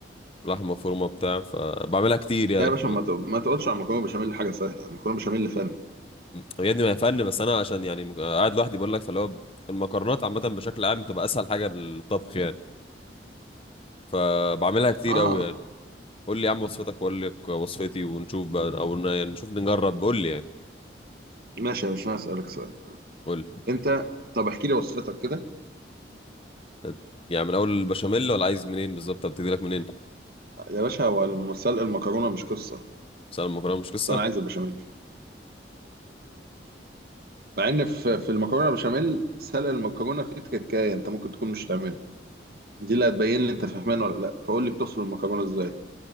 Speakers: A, on the left (about 30°); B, on the right (about 55°).
A: لحمه مفرومه بتاع فبعملها كتير يعني
B: يا باشا ما ت- ما تقولش على مكرونة بشاميل حاجة سهلة مكرونة بشاميل فن
A: يا ابني ما هي فن بس انا عشان يعني مك- قاعد لوحدي بقول لك فاللي هو المكرونات عامه بشكل عام بتبقى اسهل حاجه للطبخ يعني فبعملها كتير
B: اه
A: قوي يعني قول لي يا عم وصفتك واقول لك وصفتي ونشوف بقى او ن- يعني نشوف نجرب قول لي يعني
B: ماشي يا باشا انا اسألك سؤال
A: قول
B: انت طب احكي لي وصفتك كده
A: لي يعني من اول البشاميل ولا عايز منين بالظبط ابتدي لك منين
B: يا باشا هو الم- سلق المكرونه مش قصه
A: بس انا المكرونه مش قصه
B: بس انا عايز البشاميل مع ان في في المكرونه بشاميل سلق المكرونه فيه تكايه انت ممكن تكون مش تعملها دي اللي هتبين لي انت فهمان ولا لا فقول لي بتسلق المكرونه ازاي